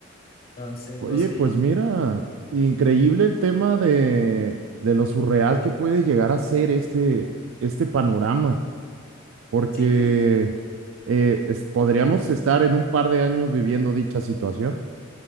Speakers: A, on the left; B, on the right.
A: Entonces,
B: Oye,
A: no sé
B: pues
A: si,
B: mira, increíble el tema de, de lo surreal que puede llegar a ser este, este panorama, porque
A: sí,
B: eh, es- podríamos estar en un par de años viviendo dicha situación.